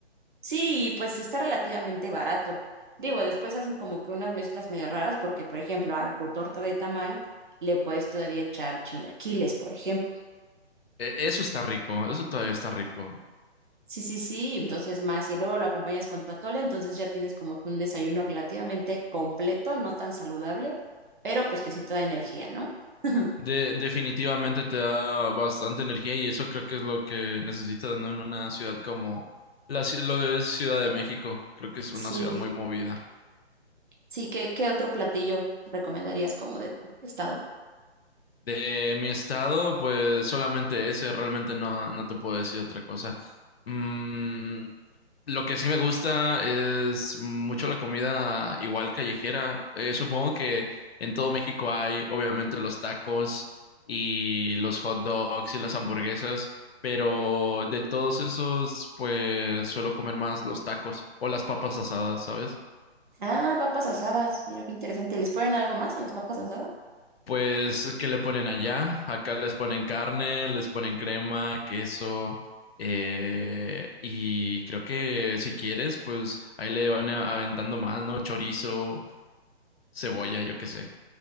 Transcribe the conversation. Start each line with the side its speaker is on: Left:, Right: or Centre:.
Right: Sí, y, pues está relativamente barato. Digo, después hacen como que unas mezclas medio raras porque, por ejemplo, a tu torta de tamal le puedes todavía echar chilaquiles, por ejemplo.
Left: E- Eso está rico, eso todavía está rico.
Right: Sí, sí, sí, entonces más, y luego lo acompañas con tu atole, entonces ya tienes como que un desayuno relativamente completo, no tan saludable, pero pues que sí te da energía, ¿no? <laughs>
Left: De- definitivamente te da bastante energía y eso creo que es lo que necesitas, ¿no? En una ciudad como la, ci- lo que es Ciudad de México, creo que es una
Right: Sí,
Left: ciudad muy movida.
Right: sí, ¿qué, qué otro platillo recomendarías como de tu estado?
Left: De mi estado, pues solamente ese, realmente no, no te puedo decir otra cosa. Mm, Lo que sí me gusta es mucho la comida igual callejera. Eh, supongo que en todo México hay obviamente los tacos y los hot dogs y las hamburguesas, pero de todos esos pues suelo comer más los tacos o las papas asadas, ¿sabes?
Right: Ah, papas asadas, mira qué interesante. ¿Les ponen algo más a las papas asadas?
Left: Pues, ¿qué le ponen allá? Acá les ponen carne, les ponen crema, queso. Eh, y creo que si quieres, pues ahí le van a- aventando más, ¿no? Chorizo cebolla, yo qué sé.